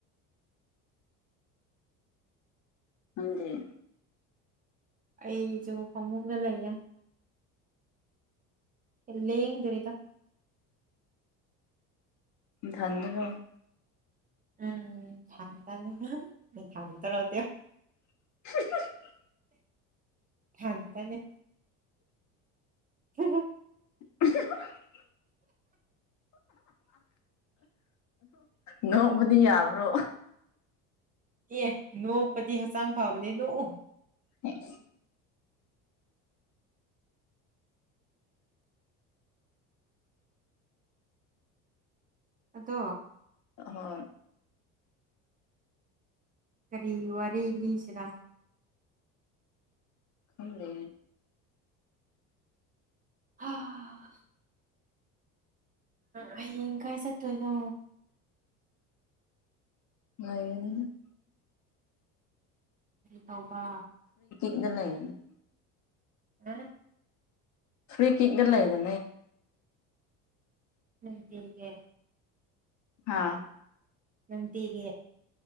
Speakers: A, on the left; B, on the right.
A: ꯍꯖꯤ <inaudible>
B: ꯑꯩꯁꯨ ꯐꯃꯨꯡꯗ ꯂꯩꯌꯦ ꯂꯦꯡ ꯗꯔꯤꯗ
A: ꯃꯊꯟꯔꯣ
B: ꯎꯝ ꯊꯟ ꯇꯅꯤ ꯊꯇꯔꯣꯇ <inaudible>
A: <inaudible>
B: ꯊꯗꯅꯦ ꯍ <unintelligible>
A: <unintelligible> ꯅꯣꯛꯕꯗꯤ ꯌꯥꯕ꯭ꯔꯣ
B: ꯑꯦ ꯅꯣꯛꯄꯗꯤ ꯍꯛꯆꯥꯡ ꯐꯕꯅꯦ ꯅꯣꯛꯎ
A: ꯑ <inaudible>
B: ꯑꯗꯣ
A: ꯍꯣ
B: ꯀꯔꯤ ꯋꯥꯔꯤ ꯂꯤꯁꯤꯔ
A: ꯈꯝꯂꯦ
B: ꯑꯥ <unintelligible> ꯍꯌꯦꯡ ꯀꯥꯏ ꯆꯠꯇꯣꯏꯅꯣ
A: ꯉꯥꯏꯅꯤꯅ <inaudible>
B: ꯐꯕ
A: ꯏꯗ ꯂꯩꯅꯤ
B: ꯑ
A: ꯐ꯭ꯔꯤ ꯀꯒ ꯂꯩꯒ
B: ꯎꯝ ꯊꯀꯦ
A: ꯍꯥꯥ
B: ꯅꯇꯤꯒ